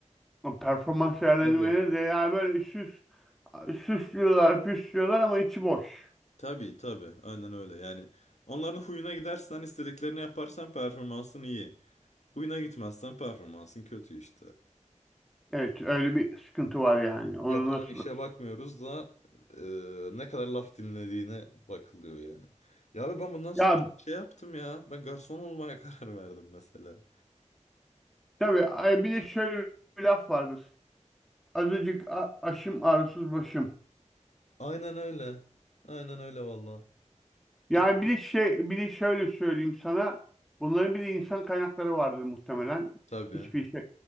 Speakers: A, in the centre; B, on the left.
A: O performans değerlendirmeleri
B: Tabii.
A: de yani böyle süs, süslüyorlar, püslüyorlar ama içi boş.
B: Tabii tabii aynen öyle yani onların huyuna gidersen istediklerini yaparsan performansın iyi. Huyuna gitmezsen performansın kötü işte.
A: Evet öyle bir sıkıntı var yani. Onu
B: Yapılan
A: nasıl...
B: işe bakmıyoruz da e, ne kadar laf dinlediğine bakılıyor yani. Ya abi ben bundan sonra
A: Ya
B: şey yaptım ya ben garson olmaya <laughs> karar verdim mesela.
A: Tabii ay bir de şöyle bir laf vardır. Azıcık a- aşım ağrısız başım.
B: Aynen öyle aynen öyle valla.
A: Yani
B: Gittim
A: bir de şey bir de şöyle söyleyeyim sana. Bunların bir de insan kaynakları vardır muhtemelen.
B: tabii
A: Hiçbir şey